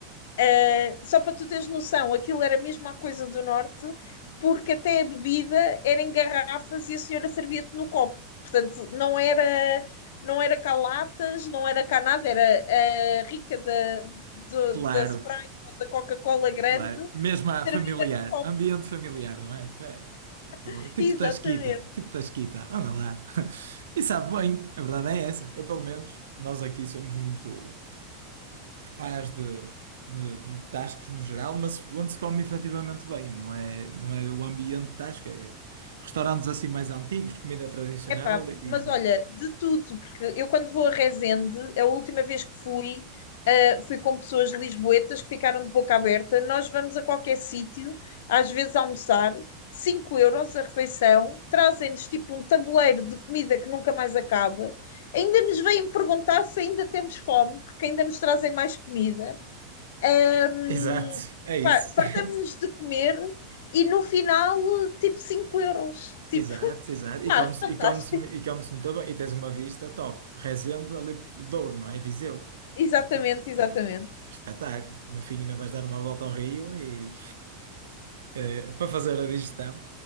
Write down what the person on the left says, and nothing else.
Uh, só para tu teres noção, aquilo era mesmo a coisa do norte, porque até a bebida era em garrafas e a senhora servia-te no copo. Portanto, não era não era cá latas, não era cá nada, era uh, rica da, do-
da Sprite ou da Coca-Cola grande
servida
num copo.
<laughs>
Exatamente.
Epá,
mas olha, de tudo, porque eu quando vou a Resende, a última vez que fui, ah, fui com pessoas lisboetas que ficaram de boca aberta. Nós vamos a qualquer sítio, às vezes almoçar, 5 euros a refeição, trazem-nos tipo um tabuleiro de comida que nunca mais acaba. Ainda nos vêm perguntar se ainda temos fome, porque ainda nos trazem mais comida. Ahm,
pá, fartamos-nos
de comer e no final, tipo 5 euros. Tipo,
<laughs>
pá,
fantástico.
Exatamente,
exatamente.